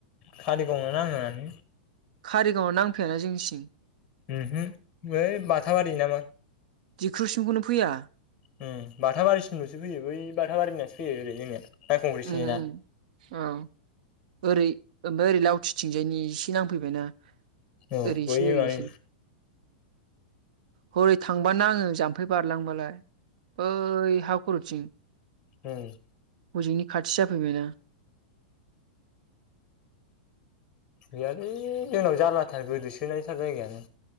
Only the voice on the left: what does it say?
खारिगावनो नाङोआनो
उमहो ओइ बाथाबारि नामा
उम बाथाबारिसिमलसो फैयो बै बाथाबारिनिनासो फैयो ओरै जोंनिया माइखंग्रि
थिंजायना।
औ
बै
माने
उं
गैयालै जोंनाव जारलाथार गोदोसोनायथार जायगायानो